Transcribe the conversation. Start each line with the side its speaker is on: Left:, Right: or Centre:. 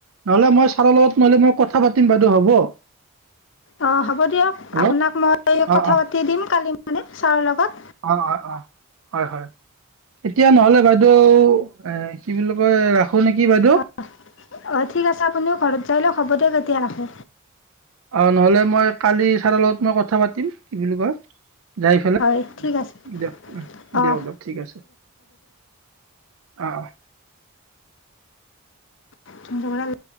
Right: নহ'লে মই ছাৰৰ লগত নহ'লে মই কথা পাতিম বাইদেউ, হ'ব?
Left: অ', হ'ব দিয়ক।
Right: হেল্ল'
Left: আপোনাক মই
Right: অ'
Left: কথা
Right: অ'
Left: পাতি দিম কালি মানে ছাৰৰ লগত।
Right: অ', অ', অ', হয় হয়। এতিয়া নহ'লে বাইদেউ এহ', কি বুলি কয়, ৰা হ'ল নেকি বাইদেউ?
Left: অ', অ'। ঠিক আছে আপুনিও ঘৰত যাই লওঁক। হ'ব দিয়ক এতিয়া ৰাখো।
Right: অ', নহ'লে মই কালি চাৰৰ লগত মই কথা পাতিম। কি বুলি কয় যায় ফেলে,
Left: হয় ঠিক আছে
Right: দিয়ক,
Left: অঁ
Right: দিয়ক- দিয়ক, ঠিক আছে। অ', অহ।
Left: <unintelligible>